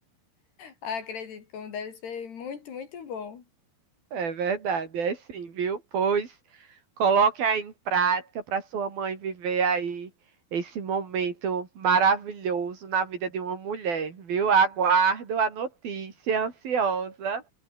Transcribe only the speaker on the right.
É verdade, é sim, viu? Pois coloque aí em prática para sua mãe viver aí esse momento maravilhoso na vida de uma mulher, viu? Aguardo a notícia ansiosa